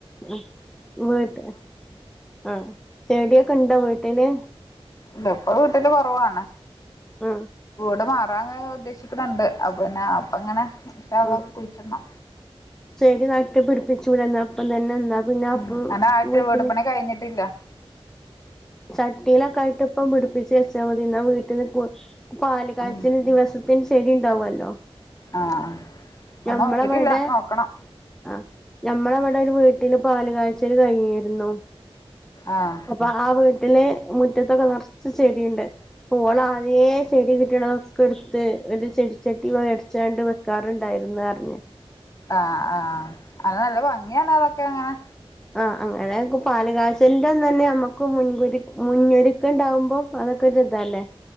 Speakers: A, in the centre; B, on the left.
A: ആ വീട്ട് ആ ചെടിയൊക്കെ ഇണ്ടോ വീ ടില്
B: ഇല്ല ഇപ്പൊ വീട്ടില് കൊറവാണ്
A: ആഹ്
B: ട് <unintelligible> മാർ വാങ്ങാൻ ഉദ്ദേശിക്ക്ണ് ണ്ട് അപ്പ പിന്നെ അപ്പ ഇങ്ങനെ ഇൻഷാ അള്ളാ
A: ആഹ്
B: കുയ്ച്ച്ടണം
A: ചെടി നട്ട് പിടിപ്പി ചൂടന്ന ഇപ്പം തന്നെന്നാ പിന്നെ അപ്പ
B: ഉം അങ്ങനെ ആയിട്ട്
A: വീട്ട്ല്
B: വീട് പണി കഴിഞ്ഞിട്ടില്ല
A: ചട്ടിയിലൊക്കെ ആയിട്ട് ഇപ്പം പിടിപ്പിച്ച് വച്ചാ മതി ഇന്നാ വീട്ട്ന്ന് കൊ പാല് കാച്ചൽ
B: ഉം
A: ദിവസത്തിന് ശരി ഉണ്ടാവല്ലോ
B: ആഹ് അത്
A: ഞമ്മളവിടെ
B: നോക്കിട്ടില്ല നോക്കണം
A: ആ ഞമ്മളവിടെ ഒരു വീട്ടില് പാല് കാ ഇച്ചരി കഴിഞ്ഞിരുന്നു
B: ആഹ്
A: അപ്പൊ ആ വീ വട്ടിലെ മുറ്റത്തൊക്കെ നിറച്ച് ചെടിയുണ്ട് ഓള് ആദ്യേ ചെടി കിട്ടണൊക്കെ എടുത്ത് ഒരു ചെടിച്ചട്ടി വേടിച്ചാണ്ട് വെക്കാറുണ്ടായിരുന്നു പറഞ്ഞു
B: ആഹ ആഹ അത് നല്ല ഭംഗിയാണ് അതൊക്കെ അങ്ങനെ
A: ആ അങ്ങനെയൊക്കെ പാല് കാച്ചൽന്റെ അന്നെന്നെ നമുക്ക് മുൻ മുന്നൊരുക്കം ഉണ്ടാവുമ്പോം അതൊക്കെ ഒരു ഇതാല്ലേ